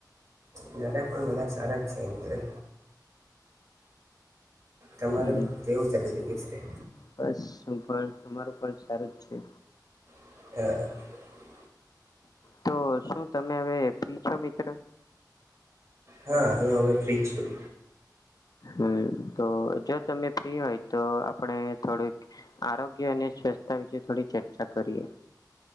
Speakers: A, on the right; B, on the left.
A: જ્યારે પણ બધા સારા જ ચેન્જ કર. તમારું
B: હમ
A: કેવું ચાલી રહ છે.
B: બસ શું પણ અમારું પણ સારું જ છે.
A: હ.
B: તો શું તમે હવે ફ્રી છો મિત્રો.
A: હા હવે ફ્રી છું.
B: હમ તો જો તમે ફ્રી હોય તો આપણે થોડુંક આરોગ્ય અને સંસ્થતા વિશે થોડી ચર્ચા કરીએ.